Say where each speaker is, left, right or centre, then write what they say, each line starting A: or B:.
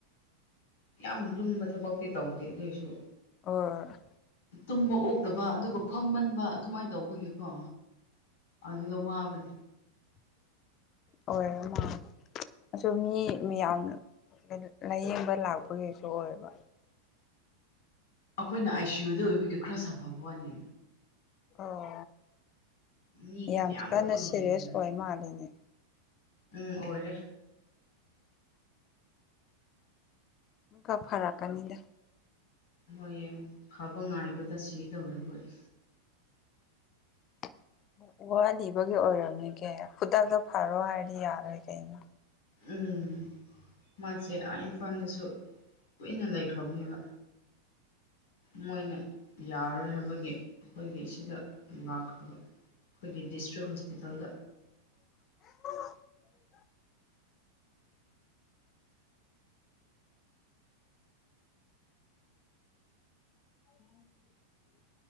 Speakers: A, on the left; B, on the left.
A: ꯌꯥꯝ ꯂꯨꯝꯕ ꯊꯕꯛꯇꯤ ꯇꯧꯗꯦ ꯑꯗꯨꯑꯣꯏꯁꯨ
B: ꯑꯣ
A: ꯇꯨꯝꯕ ꯑꯣꯛꯇꯕ ꯑꯗꯨꯒ ꯐꯝꯃꯟꯕ ꯑꯗꯨꯃꯥꯏꯅ ꯇꯧꯕꯒꯤꯀꯣ ꯑꯗꯨꯗ ꯋꯥꯕꯅꯦ
B: ꯑꯣꯏ ꯃꯥꯇ ꯑꯗꯨꯝ ꯃꯤ ꯌꯥꯝ ꯂꯥꯏꯌꯦꯡꯕ ꯂꯥꯛꯄꯒꯤꯁꯨ ꯑꯣꯏꯕ
A: ꯑꯩꯈꯣꯏꯅ ꯑꯥꯏ ꯁꯤ ꯌꯨꯗ ꯑꯣꯏꯕꯒꯤ ꯈꯔ ꯁꯥꯐꯕ ꯋꯥꯅꯤ
B: ꯑꯣ
A: ꯃꯤ
B: ꯌꯥꯝ
A: ꯃꯌꯥꯝꯒ
B: ꯀꯟꯅ
A: ꯄꯨꯟꯗ꯭ꯔꯤꯗꯨꯅ
B: ꯁꯦꯔꯤꯌꯁ ꯑꯣꯏ ꯃꯥꯜꯂꯤꯅꯦ
A: ꯎꯝ ꯑꯣꯏꯔ
B: ꯏꯃꯨꯀꯥ ꯐꯔꯛꯀꯅꯤꯗ
A: ꯍꯣꯏꯌꯦ ꯐꯕ ꯉꯥꯏꯕꯗ ꯁꯤꯗꯧꯔꯦ ꯑꯩꯈꯣꯏ
B: <inaudible> ꯋꯥꯂꯤꯕꯒꯤ ꯑꯣꯏꯔꯝꯅꯤ ꯀꯦ ꯈꯨꯇꯥꯛꯇ ꯐꯔꯣ ꯍꯥꯏꯔꯗꯤ ꯌꯥꯔꯣꯏ ꯀꯩꯅꯣ
A: ꯎꯝ ꯃꯥꯁꯦ ꯏꯝꯐꯥꯜꯗꯁꯨ ꯀꯨꯏꯅ ꯂꯩꯈ꯭ꯔꯕꯅꯦꯕ ꯃꯣꯏꯅ ꯌꯥꯔꯣꯏ ꯍꯥꯏꯕꯒꯤ ꯑꯩꯈꯣꯏꯒꯤ ꯁꯤꯗ ꯂꯥꯛꯈ꯭ꯔꯕ ꯑꯩꯈꯣꯏꯒꯤ ꯗꯤꯁꯇ꯭ꯔꯤꯛ ꯍꯣꯁꯄꯤꯇꯥꯜꯗ
B: ꯑ <inaudible> ꯎꯝ <inaudible>